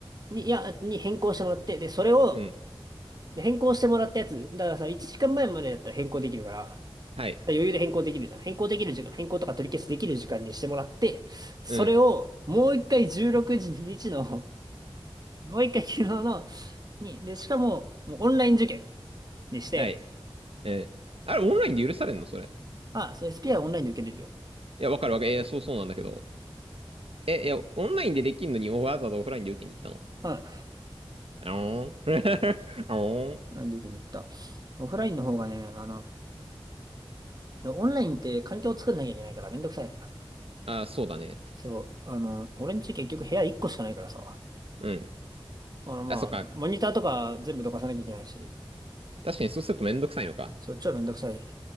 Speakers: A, on the right (about 45°); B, on the right (about 75°).
A: に、いや、に変更してもらって、で、それを、
B: うん。
A: で変更してもらったやつ、だからさ、1時間前まえまでだったら変更できるから、だから
B: はい。
A: 余裕で変更できるじゃん。変更できる時間、変更とか取り消しできる時間にしてもらって、それをもう一回16日の
B: うん。
A: もう一回昨日の、に、で、しかも、もうオンライン受験にして、
B: はい。うん。あれ、オンラインで許されんのそれ。
A: あ、そう、SPI オンラインで受けれるよ。
B: いや、わかるわかる。えーそうそうなんだけど。え、いや、オンラインでできんのにわざわざオフラインで受けに行ったの
A: うん。オン
B: あおん <laughs> あおん
A: ラインで受けに行った。オフラインの方がね、あの、オンラインって環境を作んなきゃいけないからめんどくさいのよ。
B: あ、そうだね。
A: そう、あの、俺んち結局部屋1個しかないからさ、
B: うん。
A: あの、まあ、
B: あ、そっか。
A: モニターとか全部どかさなきゃいけないし、
B: 確かにそうするとめんどくさいのか。
A: そう、超めんどくさい